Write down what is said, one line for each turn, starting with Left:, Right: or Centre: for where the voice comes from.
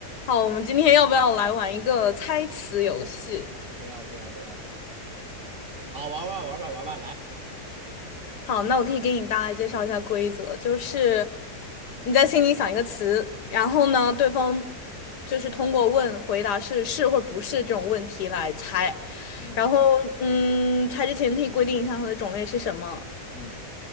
Left: 好，我们今天要不要来玩一个猜词游戏？
Right: 不要不要不要，好，玩玩玩吧，玩吧，来，
Left: 好，那我可以给你大概介绍一下规则，就是
Right: 好，
Left: 你在心里想一个词，然后呢，对方就是通过问回答是是或者不是这种问题来猜，
Right: 嗯
Left: 然后嗯，猜之前可以规定一下它的种类是什么。
Right: 嗯